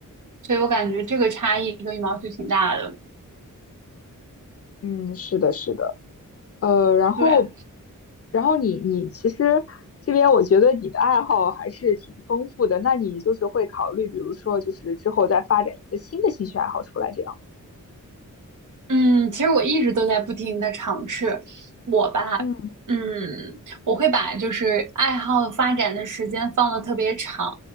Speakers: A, on the right; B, on the left.
A: 所以我感觉这个差异跟羽毛球挺大的。
B: 嗯，是的，是的。呃，然后，
A: 对，
B: 然后你你其实这边我觉得你的爱好还是挺丰富的，那你就是会考虑，比如说就是之后再发展一个新的兴趣爱好出来这样。
A: 嗯，其实我一直都在不停的尝试。我吧，
B: 嗯
A: 嗯，我会把就是爱好发展的时间放的特别长，